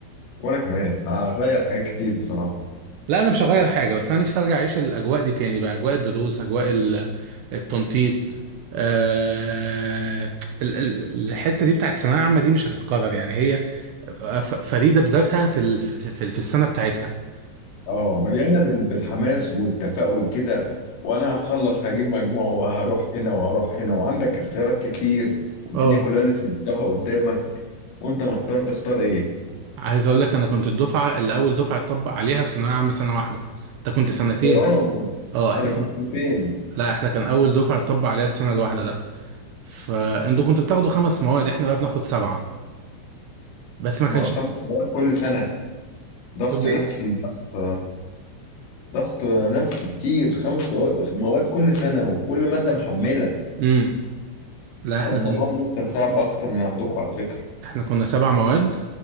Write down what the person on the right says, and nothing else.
لا انا مش هغير حاجه بس انا نفسي ارجع اعيش الاجواء دي تاني بقى اجواء الدروس اجواء ال- التنطيط آه ال- ال- الحته دي بتاعت الثانويه العامه دي مش هتتكرر يعني هي ف- فريده بذاتها في ال- في في في السنه بتاعتها
اه
عايز اقول لك انا كنت الدفعه اللي اول دفعه اتطبق عليها الثانويه العامه سنه واحده انت كنت سنتين
اه
احنا كن...
لا احنا كان اول دفعه اتطبق عليها السنه الواحده ده فانتوا كنتوا بتاخدوا خمس مواد احنا بقى بناخد سبعه بس ما
كانش
في
كل
ايه
امم لا احنا
كان
احنا كنا سبع مواد